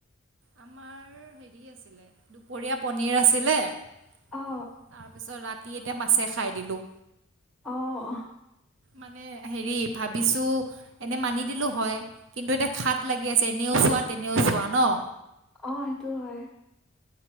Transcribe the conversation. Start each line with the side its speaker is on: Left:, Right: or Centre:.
Right: আমাৰ হেৰি আছিলে দুপৰীয়া পনীৰ আছিলে তাৰপিছত
Centre: অ
Right: ৰাতি ৰাতি এতিয়া মাছে খাই দিলোঁ
Centre: অহ
Right: মানে হেৰি ভাবিছো এনে মানি দিলো হয় কিন্তু এতিয়া খাট লাগি আছে এনেও চোৱা তেনেও চোৱা নহ
Centre: অহ সেইটো হয়